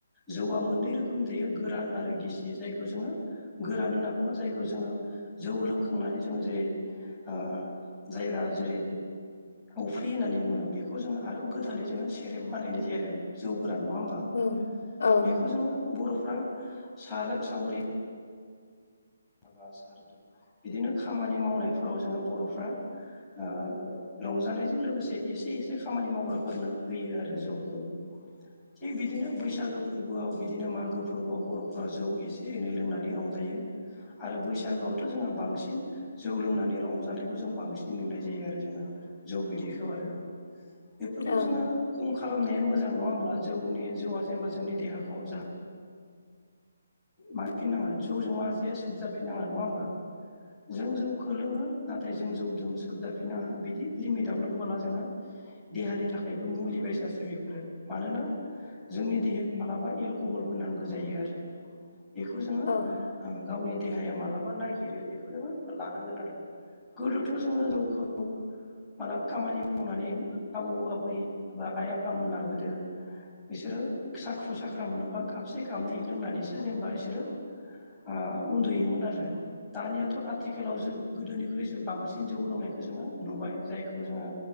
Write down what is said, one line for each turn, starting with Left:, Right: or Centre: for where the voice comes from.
Centre: जौआ मोननै रोखोमनि थायो गोरान आरो गिसि जायखौ जोङो गोरान होनना बुङो जायखौ जोङो जौ लोंखांनानै जोङो जेरै ओ जायगा जेरै अफ्रि होननानै बुङो बेखौ जोङो आरो गोदानै जोङो सेरेब बानायनाय जायो आरो जौ गोरान नङा होमबा?
Left: औ औ
Centre: बेखौ जोङो बर'फ्रा सार सावरि माबा सारद' बिदिनो खामानि मावनाय फोराव जोङो बर'फ्रा ओ रंजानायजों लोगोसे एसे एसे खामानि मावग्राफोरनो होयो आरो जौ। ओ थिग बिदिनो बैसागो फोरबोआव बि बिदिनो मागो फोरबोआव बर'फोरा जौ एसे एनै लोंनानै रंजायो। आरो बैसागोआवथ' जोंहा बांसिन जौ लोंनानै रंजानायखौ जों बांसिन नुनाय जायो आरो जों। जौ बिदैखौ आरो। बेफोरखौ
Left: औ
Centre: जोङो खम खालामनाया मोजां नङा होमब्ला जौनि जौआ जेनेबा जोंनि देहाखौ जा मा फिन नाङा जौजों मास बेे सुख जाफिन नाङा नङा होमबा? जों जौखौ लोङो। नाथाय जों जौजों सोबजाफिननाङा बिदि लिमिटाव लोंबोला जोङो देहानि थाखायबो मुलि निसासो बेफोरो मानोना जोंनि देहायाव मालाबा एलक'हलबो नांगो जायो आरो। बेखौ जोङो
Left: औ
Centre: गावनि देहाया मालाबा नागिरो बेखौ जोङो लानांगोन आरो गोदोथ' जोङो जौखौ मालाब खामानि मावनानै आबौ आबै बा आइ आफामोना गोदो बिसोरो साख्रु साख्रा मोनोबा खाबसे खाबनै लोंनानैसो जेनबा इसोरो ओ उन्दुयोमोन आरो। दानियाथ' आथिखालाव जोबो गोदोनिख्रुइसो बांसिन जौ लोंनायखौ जोङो नुबाय जायखौ जोङो